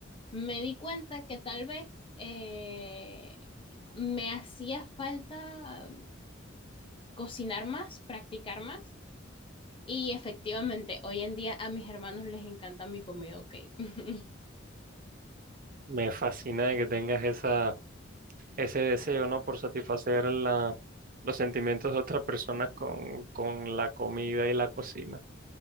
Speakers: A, on the left; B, on the right.
A: Me di cuenta que tal vez eh, me hacía falta cocinar más, practicar más. Y efectivamente, hoy en día a mis hermanos les encanta mi comida, ok. <laughs>
B: Me fascina de que tengas esa ese deseo, ¿no? Por satisfacer la, los sentimientos de otras personas con, con la comida y la cocina.